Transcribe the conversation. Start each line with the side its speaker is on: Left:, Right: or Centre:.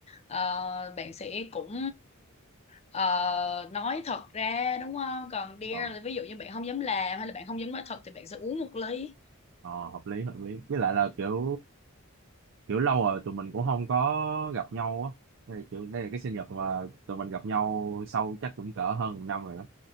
Left: ờ, bạn sẽ cũng ờ, nói thật ra đúng không còn dare
Right: ờ,
Left: là ví dụ như bạn không dám làm hay là bạn không dám nói thật thì bạn sẽ uống một ly
Right: ờ, hợp lý hợp lý với lại là kiểu kiểu lâu rồi tụi mình cũng không có gặp nhau á đây kiểu đây là cái sinh nhật mà tụi mình gặp nhau sau chắc cũng cỡ hơn một năm rồi đó